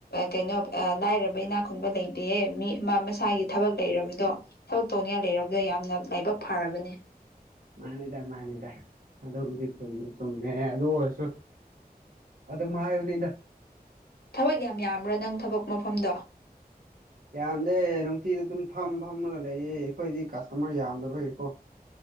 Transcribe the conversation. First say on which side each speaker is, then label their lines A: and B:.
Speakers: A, on the left; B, on the right.
A: ꯀꯩꯅꯣ ꯂꯥꯏꯔꯕ ꯏꯅꯥꯛ ꯈꯨꯨꯟꯕ ꯂꯩꯇꯦꯌꯦ ꯃꯤ ꯃꯁꯥꯒꯤ ꯊꯕꯛ ꯂꯩꯔꯕꯗꯣ ꯊꯕꯛ ꯇꯧꯅꯤꯡꯉꯥꯏ ꯂꯩꯔꯕꯗꯣ ꯌꯥꯝꯅ ꯂꯥꯏꯕꯛ ꯐꯔꯕꯅꯤ
B: ꯃꯥꯅꯤꯗ ꯃꯥꯅꯤꯗ ꯑꯗꯨꯕꯨꯗꯤ ꯆꯨꯝꯗꯤ ꯆꯨꯝꯃꯦ ꯑꯗꯨ ꯑꯣꯏꯔꯁꯨ ꯑꯗꯨꯝ ꯍꯥꯏꯌꯨꯅꯤꯗ
A: ꯊꯕꯛ ꯌꯥꯝ ꯌꯥꯝꯕ꯭ꯔꯥ ꯅꯪ ꯊꯕꯛ ꯃꯐꯝꯗꯣ
B: ꯌꯥꯝꯗꯦ ꯅꯨꯡꯇꯤꯗ ꯑꯗꯨꯝ ꯐꯝ ꯐꯝꯃꯒ ꯂꯩꯌꯦ ꯑꯩꯈꯣꯏꯗꯤ ꯀꯁꯇꯃꯔ ꯌꯥꯝꯗꯕꯒꯤꯀꯣ